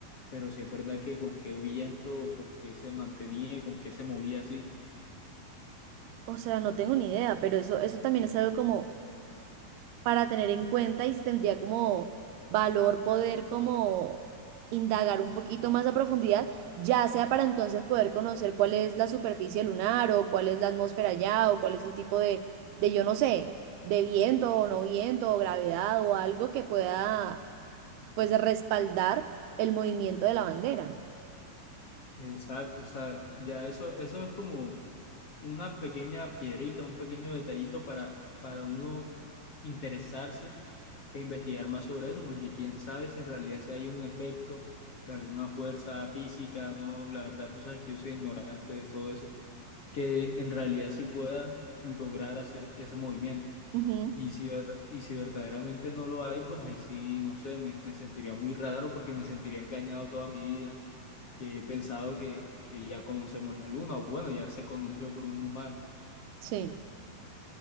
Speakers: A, on the left; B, on the right.
A: pero sí es verdad que con qué viento, o con qué se mantenía, y con qué se movía así.
B: O sea, no tengo ni idea, pero eso, eso también es algo como para tener en cuenta y si tendría como valor poder como indagar un poquito más a profundidad, ya sea para entonces poder conocer cuál es la superficie lunar o cuál es la atmósfera allá o cuál es el tipo de, de yo no sé, de viento o no viento o gravedad o algo que pueda pues respaldar el movimiento de la bandera.
A: Exacto, o sea, ya eso, eso es como. una pequeña piedrita, un pequeño detallito para, para uno interesarse e investigar más sobre eso, porque quién sabe si en realidad si hay un efecto de alguna fuerza física, no, la verdad tú sabes que yo soy ignorante de todo eso, que en realidad sí pueda lograr hacer ese movimiento.
B: Ujú,
A: Y si, verda- y si verdaderamente no lo hay, pues ahí sí, no sé, me, me sentiría muy raro porque me sentiría engañado toda mi vida, que he pensado que, que ya conocemos la luna, o bueno, ya se conoció por un humano.
B: sí.